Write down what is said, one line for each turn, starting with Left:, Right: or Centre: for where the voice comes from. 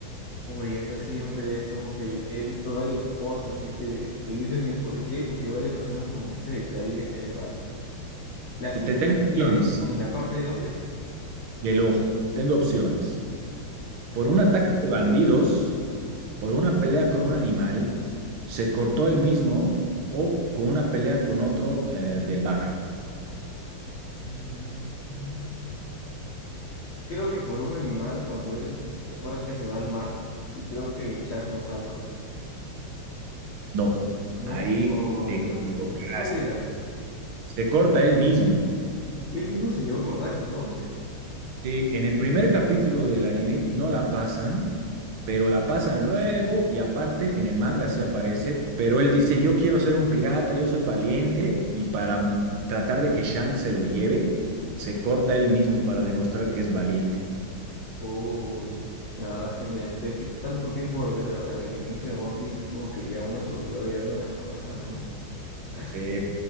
Left: Uy, esa siempre es como que he visto varios posts así que, que dicen que por qué, porque a varias personas como que este detalle se le va. La cicatriz
Right: Te- te- tengo
Left: que
Right: opciones
Left: tiene en la parte de donde,
Right: del ojo, tengo opciones.
Left: no,
Right: Por
Left: ya.
Right: un ataque de bandidos, por una pelea con un animal, se cortó el mismo o con una pelea con otro eh, del barrio.
Left: Mm, Creo que por un animal cuando él, s- ¿te acuerdas que se va al mar? Y creo que Chance lo salva.
Right: No,
Left: No,
Right: ahí
Left: Ay,
Right: te equivocaste.
Left: no. Entonces, ¿cuál era?
Right: Se corta él mismo.
Left: Él mismo se llegó a cortar entonces.
Right: Sí, en el primer capítulo del anime no la pasan pero la pasan luego y aparte en el manga sí aparece, pero él dice, yo quiero ser un pirata, yo soy valiente y para mm, tratar de que Shanks se lo lleve, se corta él mismo para demostrar que es valiente.
Left: Uy, la verdad es que mira, es que tanto tiempo de ver, o sea, del inicio de One Piece es como que ya uno se volvió olvidando las cosas, ¿no? <laughs> A
Right: Se...